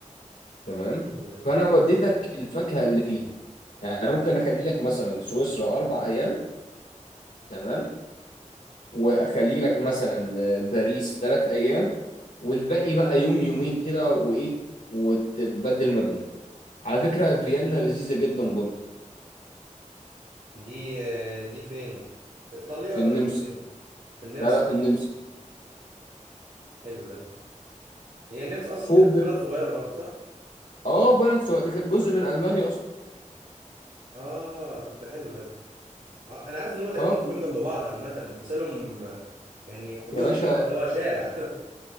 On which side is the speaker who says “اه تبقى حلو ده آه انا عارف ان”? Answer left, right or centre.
Right